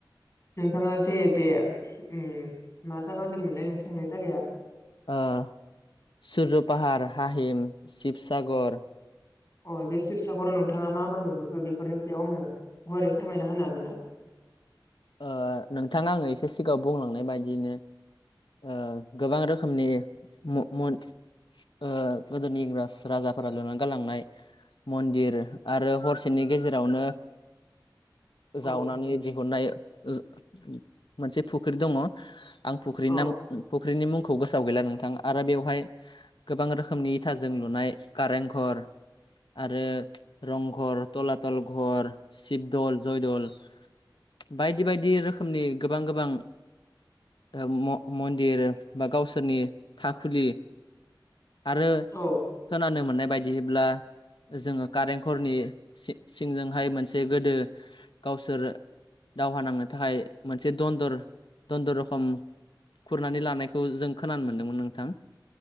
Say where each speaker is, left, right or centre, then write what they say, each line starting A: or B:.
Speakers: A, on the left; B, on the left.
A: नोंथाङा जे बे ओम मा जागा होनदोंमोनलाय नोंथां होननाय जागाया?
B: ओ सुरज' पाहार, हाहिम, सिशिबसागर
A: अ बे सिशिबसागराव नोंथाङा मा मा नुबो बेफोरनि सायाव आंनो गुवारै फोरमायना होनो हागोन ना?
B: ओ नोंथाङा आङो एसे सिगाङाव बुंलांनाय बायदियैनो ओ गोबां रोखोमनि म-म ओ गोदोनि इंराज राजाफोरा लुनानै गालांनाय । मन्दिर आरो हरसेनि गेजेरावनो
A: औ
B: जावनानै दिहुननाय जो मोनसे फुख्रि दङ आं फुख्रिनि
A: औ
B: नाम फ फुख्रिनि मुंखौ गोसोआव गैला नोंथां । आरो बेवहाय गोबां रोखोमनि इथाजों लुनाय कारेंघर आरो रंघ, तलाथल घर, सिशिबदल, जयदल बायदि बायदि रोखोमनि गोबां गोबां ओ म-मन्दिर बा गावसोरनि थाखुलि आरो
A: औ
B: खोनानो मोननाय बायदिब्ला जोङो कारेंघरनि सि-सिंजोंहाय मोनसे गोदो गावसोर दावहा नांनो थाखाय मोनसे दन्दर दन्दर रखम खुरनानै लानायखौ जों खोनानो मोनदोंमोन नोंथां ।